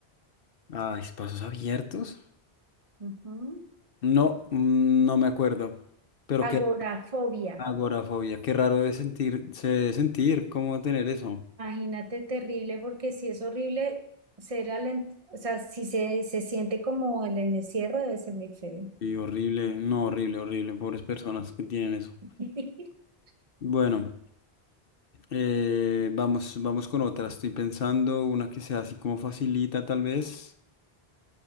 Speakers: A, on the left; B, on the right.
A: ah, espacios abiertos.
B: Ujú.
A: No, mm, no me acuerdo. Pero qué
B: Agorafobia.
A: agorafobia. Qué raro debe sentir, se debe sentir. ¿Cómo tener eso?
B: Imagínate, terrible, porque si es horrible ser alen- o sea, si se, se siente como el encierro, debe ser muy feo.
A: Y horrible, no, horrible, horrible. Pobres personas que tienen eso.
B: <laughs>
A: Bueno, eh, vamos, vamos con otra. Estoy pensando una que sea así como facilita, tal vez.